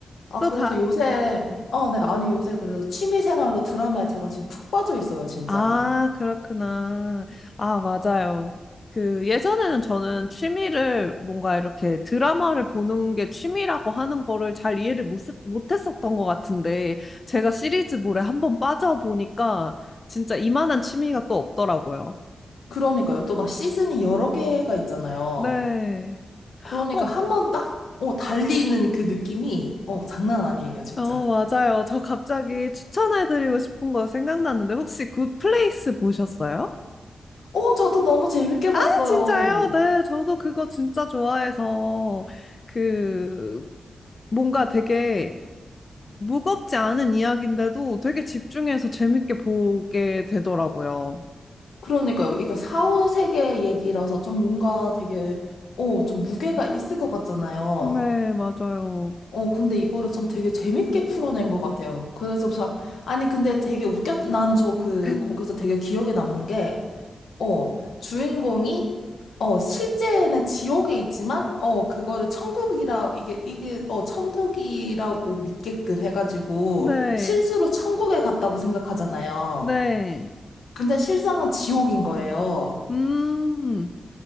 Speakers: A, on the left; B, on the left.
A: 아,
B: 또
A: 그래서
B: 다,
A: 요새,
B: 네.
A: 아, 네, 아니 요새 그래서 취미생활로 드라마에 제가 지금 푹 빠져 있어요, 진짜.
B: 아, 그렇구나. 아, 맞아요. 그 예전에는 저는 취미를 뭔가 이렇게 드라마를 보는 게 취미라고 하는 거를 잘 이해를 못, 못 했었던 것 같은데 제가 시리즈물에 한번 빠져보니까 진짜 이만한 취미가 또 없더라고요.
A: 그러니까요. 또 막 시즌이 여러 개가 있잖아요.
B: 네.
A: 그러니까
B: 어,
A: 한 번 딱, 어, 달리 있는 그 느낌이, 어, 장난 아니에요, 진짜.
B: 어, 맞아요. 저 갑자기 추천해드리고 싶은 거 생각났는데 혹시 굿플레이스 보셨어요?
A: 어, 저도 너무 재밌게
B: 아,
A: 봤어요.
B: 진짜요? 네, 저도 그거 진짜 좋아해서 그 뭔가 되게 무겁지 않은 이야기인데도 되게 집중해서 재밌게 보게 되더라고요.
A: 그러니까요. 이게 사후세계 얘기라서 좀 뭔가 되게, 어, 좀 무게가 있을 것 같잖아요.
B: 네, 맞아요.
A: 어, 근데 이거를 참 되게 재밌게 풀어낸 것 같아요. 그래서 참, 아니, 근데 되게 웃겼, 나는 저 그,
B: <laughs>
A: 거기서 되게 기억에 남는 게, 어, 주인공이, 어, 실제는 지옥에 있지만, 어, 그거를 천국이라, 이게, 이게, 어, 천국이라고 믿게끔 해가지고,
B: 네,
A: 실수로 천국에 갔다고 생각하잖아요.
B: 네.
A: 근데 실상은 지옥인 거예요.
B: 음.